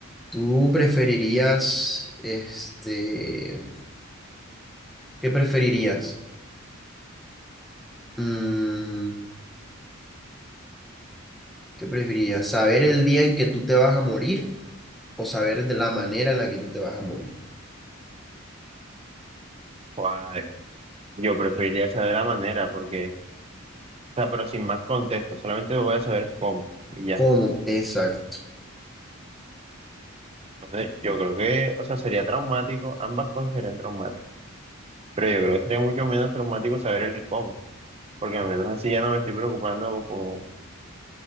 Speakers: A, in the centre; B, on the right.
A: ¿Tú preferirías, este, qué preferirías? Mm, ¿qué preferirías? ¿Saber el día en que tú te vas a morir o saber de la manera en la que tú te vas a morir?
B: pues, yo preferiría saber la manera, porque, o sea, pero sin más contexto, solamente voy a saber cómo, y ya.
A: ¿Cómo? Exacto.
B: Entonces, yo creo que, o sea, sería traumático, ambas cosas serían traumáticas, pero yo creo que sería mucho menos traumático saber el cómo, porque al menos así ya no me estoy preocupando como,